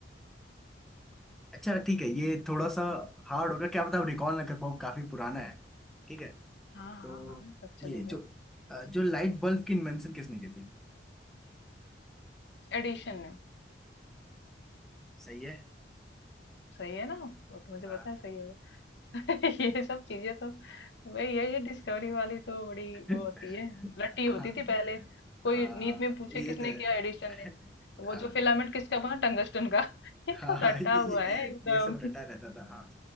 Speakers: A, in the centre; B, on the left (about 70°).
A: अच्छा ठीक है ये थोड़ा सा हार्ड होगा क्या पता आप रिकॉल ना कर पाऊँ काफी पुराना है ठीक है
B: हाँ
A: तो
B: हाँ हाँ सब चलेगा
A: ये जो अ, जो लाइट बल्ब की इन्वेंशन किसने की थी
B: एडिशन में
A: सही है
B: सही है ना वो तो मुझे पता
A: हाँ
B: है सही होगा <laughs> ये सब चीजें तो भाई ये ये डिस्कवरी वाली तो बड़ी
A: <laughs>
B: वो होती है रट्टी होती
A: हाँ
B: थी पहले कोई
A: हाँ
B: नींद में पूछे
A: ये
B: किसने
A: तो
B: किया एडिशन
A: है
B: ने तो वो
A: हाँ
B: जो फिलामेंट किसका बना टंगस्टन का <laughs> ये
A: हाँ
B: तो
A: हाँ,
B: रटा
A: ये
B: हुआ
A: ये
B: है एकदम
A: ये सब रटा रहता था हाँ